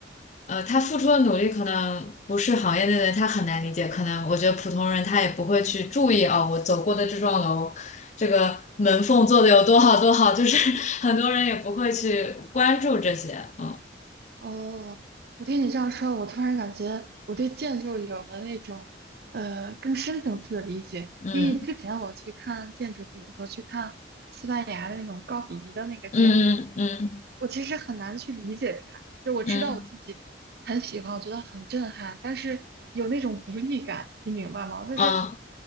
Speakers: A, on the left (about 40°); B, on the right (about 55°).
A: 呃，他付出的努力可能不是行业内的人他很难理解，可能我觉得普通人他也不会去注意哦，我走过的这幢楼，这个门缝做的有多好多好，就是 <laughs> 很多人也不会去关注这些，嗯
B: 哦，我听你这样说，我突然感觉我对建筑有了那种呃更深层次的理解。
A: 嗯
B: 因为之前我去看建筑，比如说去看西班牙的那种高迪的那个建筑，
A: 嗯嗯
B: 我其实很难去理解它。就我知道我自己很喜欢，
A: 嗯
B: 我觉得很震撼，但是有那种无力感，你明白吗？就是
A: 嗯